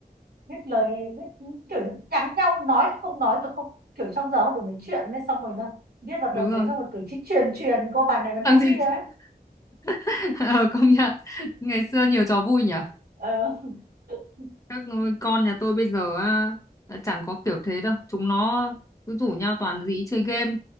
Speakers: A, on the right; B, on the left.
A: viết lời viết kiểu nhắn nhau nói thì không nói được không kiểu trong giờ không đủ nói chuyện nên xong rồi nó viết vào
B: đúng
A: tờ giấy
B: rồi
A: xong rồi cứ chỉ truyền truyền cô bàn này bàn
B: Thằng
A: kia
B: Duy-
A: ấy
B: <laughs> ờ, công nhận ngày xưa nhiều trò vui nhỉ
A: Ờ, <laughs>
B: các con nhà tôi bây giờ á, đã chẳng có kiểu thế đâu chúng nó cứ rủ nhau toàn dí chơi game